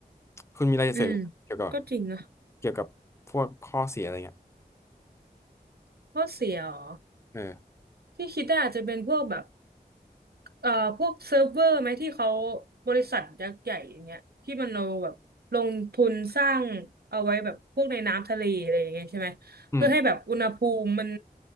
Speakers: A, on the left; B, on the right.
A: คุณมีอะไรจะเสริมเกี่ยวกับ
B: อืมก็จริงนะ
A: เกี่ยวกับพวกข้อเสียอะไรเงี้ย
B: ข้อเสียเหรอ
A: เออ
B: ที่คิดได้อาจจะเป็นพวกแบบ เอ่อพวกเซิร์ฟเวอร์ไหมที่เขาบริษัทยักษ์ใหญ่อย่างเงี้ยที่มันเอาแบบลงทุนสร้างเอาไว้แบบพวกในน้ำทะเลอะไรอย่างเงี้ยใช่ไหมเพื่อให้แบบอุณหภูมิมัน
A: อืม